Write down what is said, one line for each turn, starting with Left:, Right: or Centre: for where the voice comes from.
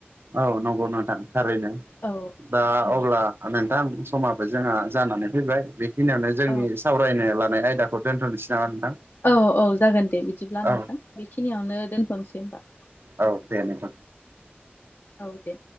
Right: औ नंगौ नोंथां थारैनो
Left: औ
Right: दा
Left: औ
Right: अब्ला नोंथां समाबो जोंहा जानानै फैबाय बेखिनियावनो जोंनि
Left: औ
Right: सावरायनो लानाय आयदाखौ दोनथ'निसै नामा?
Left: औ औ जागोन दे बिदिब्ला
Right: औ
Left: नोंथां। बिखिनियावनो दोनथ'नसै होमबा।
Right: औ दे नोथां।
Left: औ दे।